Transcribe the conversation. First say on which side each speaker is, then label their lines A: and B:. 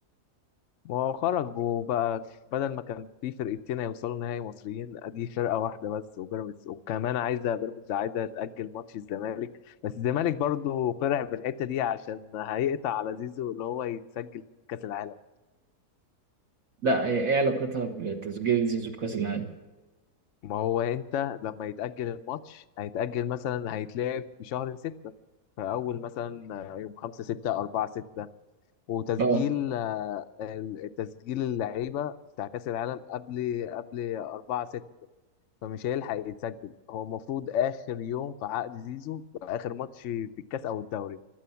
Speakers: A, on the left (about 65°); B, on the right (about 60°).
A: ما هو خرجوا بقى بدل ما كان في فرقتين هيوصلوا نهائي مصريين ادي فرقه واحده بس وبيراميدز وكمان عايزه بيراميدز عايزه تاجل ماتش الزمالك بس الزمالك برضو فرح بالحته دي عشان هيقطع على زيزو اللي هو يتسجل في كاس العالم
B: لا هي- ايه علاقتها بتسجيل زيزو بكاس العالم
A: ما هو انت لما يتاجل الماتش هيتاجل مثلا هيتلعب في شهر ستة فاول مثلا يوم خمسة ستة أربعة ستة وتسجيل
B: اه
A: آه، تسجيل اللعيبة بتاع كأس العالم قبل قبل 4 فمش هيلحق يتسجل هو المفروض اخر يوم في عقد زيزو يبقى اخر ماتش في الكاس او الدوري